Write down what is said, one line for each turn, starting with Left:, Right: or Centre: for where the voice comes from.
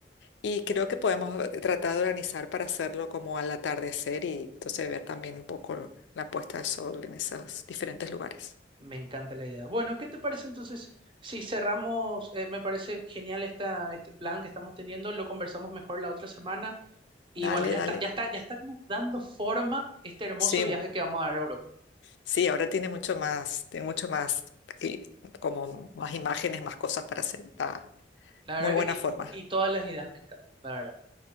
Left: Y creo que podemos eh, tratar de organizar para hacerlo como al atardecer y entonces ver también un poco la puesta de sol en esos diferentes lugares.
Right: Me encanta la idea. Bueno, ¿qué te parece entonces? Si cerramos, eh, me parece genial esta, este plan que estamos teniendo, lo conversamos mejor la otra semana y
Left: Dale,
Right: bueno, ya
Left: dale.
Right: está, ya está, ya está como dando forma este hermoso
Left: Sí,
Right: viaje
Left: mm,
Right: que vamos a dar a Europa.
Left: sí, ahora tiene mucho más, tiene mucho más, y como más imágenes, más cosas para hacer. Está
Right: La
Left: muy
Right: verdad
Left: buena
Right: que, y,
Left: forma.
Right: y todas las ideas me encantan, la verdad,